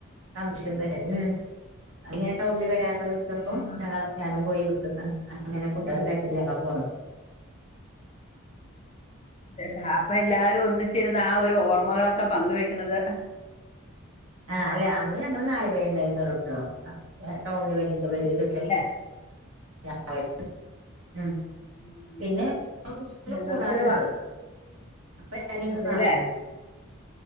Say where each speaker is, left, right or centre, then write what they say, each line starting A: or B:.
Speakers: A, on the right (about 70°); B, on the left (about 30°).
A: <unintelligible> തന്നെ ഉം അങ്ങനെ ടൗണിൽ വരാ ന്ന് വിളിച്ചപ്പോ
B: ആഹ്
A: <unintelligible> ഞാനും പോയി വിട്ടുന്ന അങ്ങനെ ഫുഡൊക്കെ കഴിച്ചിട്ട് ഞങ്ങൾ പോന്ന്
B: <unintelligible> അപ്പൊ എല്ലാരും ഒന്നിച്ചിരുന്ന ആ ഒരു ഓർമ്മകളൊക്കെ പങ്കുവെ ക്ക്ണത്
A: ആഹ് അല്ല അന്ന് ഞങ്ങള് നാല് പേരുണ്ടായി ന്നൊള്ളൂട്ടോ ഞാൻ ടൗണിൽ വരു ഇന്ന് വരോ ചോയ്ച്ച
B: അതെല്ലേ
A: ഞാൻ <unintelligible> ഉം
B: ഉം
A: പിന്നെ <unintelligible> സ്കൂളിൽ
B: ഞങ്ങൾക്കൊരു
A: കൂടാറുണ്ട്
B: വ
A: അപ്പ കരയൊക്കെ
B: അതെല്ലേ
A: കാണാ